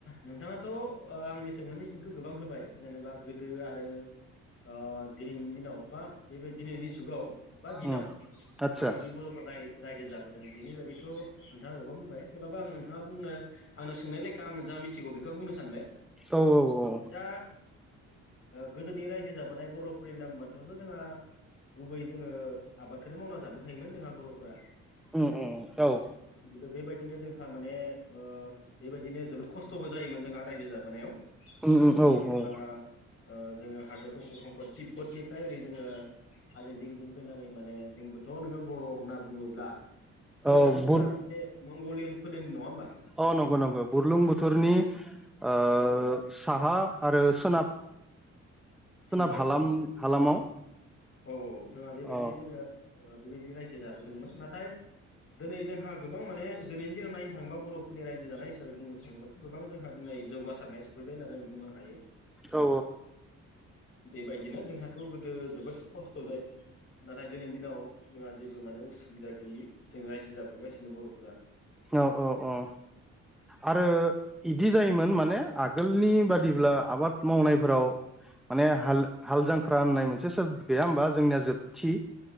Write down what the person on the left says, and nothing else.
नोंथाङाथ' आंनि सोंनायनि फिनखौ गोबां होबाय जेनेबा गोदो आरो ओ दिनैनि दिनाव बा बेबायदि दिनैनि जुगाव बा दिनाव
माबायदि बर'फ्रा राय-रायजो जाबोदों बेनि बागैथ' नोंथाङा गोबां बुंबाय थेवब्लाबो आं नोंथाङा बुंनो आंनो सोंनाय लेखा आं जा मिथिगौ बेखौ बुंनो सानबाय।
दा गोदोनि रायजो जाबोनाय बर'फोरनि नांबान्थायाथ' जोंहा गुबै जोङो आबादखौनो मावना जाबोखायोमोन जोंहा बर'फोरा।
आरो बेबायदिनो जोंहा माने ओ बेबायदिनो जोबोद खस्थ'बो जायोमोन जोंहा रायजो जाबोनायाव।
मानो
होनोबा
जोङो हाजो खंखर -खंखर तिब्बतनिफ्राय ओरै जोङो हाजो जिं जिं फैनानै माने जोंबोथ' नोङो बर' होनना बुङोब्ला फोलेराथ'
जोंहा
मोनसे मंगलियान फोलेरनि नङा होमबा
औ
औ औ
थिंजाय
औ औ
औ औ जोंहा बेबायदि
जोङो बेबायदि रायजो जाबोदोंमोन नाथाय दिनै जोंहा गोबां माने दिनैनि दिनाव नायनो थाङोबा बर'फोरनि रायजो जानाय हिसाबै बुंनो थाङोबाथ' गोबां जोंहा दिनै जौगासारनाय सफैबाय होनना जों बुंनो हायो।
बेबायदिनो जोंहाथ' गोदो जोबोद खस्थ'जायो। नाथाय दिनैनि दिनाव जोंहा जेबो माने उसुबिदा गैयि जों रायजो जाबोगासिनो बर'फोरा।